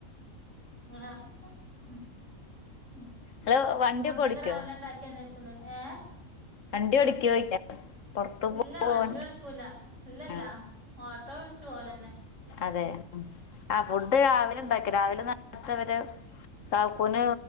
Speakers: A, on the right; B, on the left.
A: ആഹ് <unintelligible> ഉം
B: ഹലോ വണ്ടിയൊക്കെ
A: ഫുഡൊക്കെ
B: ഓടിക്കോ
A: രാവിലെ ഉണ്ടാക്കിയന്നക്കൂലേ ഏഹ്
B: വണ്ടി ഓടിക്കോയിക്ക പുറത്തു
A: ഇല്ല
B: പോവാൻ
A: വണ്ടി എടുക്കൂല്ല ഇല്ലല്ല
B: ആ
A: ഓട്ടോ വിളിച്ചു പോലെന്നെ
B: അതെ ആഹ ഫുഡ് രാവിലെ ണ്ടാക്കി രാവിലെ നത്തവരെ കാക്കൂന്